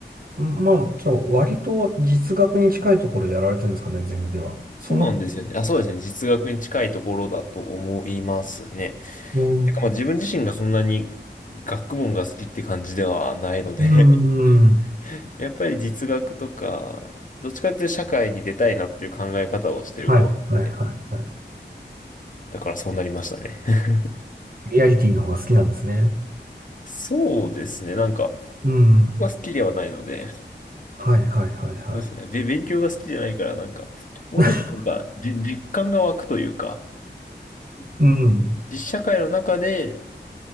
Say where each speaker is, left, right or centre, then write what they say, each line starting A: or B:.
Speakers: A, on the right (about 50°); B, on the left (about 45°).
A: まあ、ちょっと割と実学に近いところやられてるんですかね、ゼミでは。その、
B: そうなんですよね。あ、そうですね。実学に近いところだと思いますね。
A: うん、
B: てかまあ自分自身がそんなに学問が好きって感じではないので
A: うん、
B: <laughs> やっぱり実学とか、どっちかっていうと社会に出たいなっていう考え方をしてる方なので、
A: はいはいは
B: だからそうなりましたね。<laughs>
A: い。リアリティの方が好きなんですね。
B: そうですね。なんか、
A: うん。
B: 僕が好きではないので、
A: はいはいはいはい。
B: どうですかね。べ勉強が好きじゃないから、なんか、もうちょっとなんか、
A: <laughs>
B: じ実感が湧くというか、
A: うん。
B: 実社会の中で